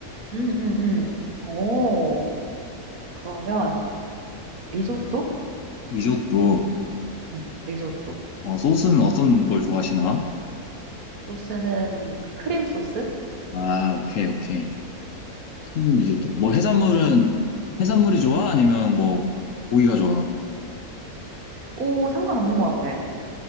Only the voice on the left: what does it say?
리조또.
어, 소스는 어떤 걸 좋아하시나?
아, 오케이, 오케이. 크림 리조또. 뭐 해산물은 해산물이 좋아? 아니면 뭐 고기가 좋아?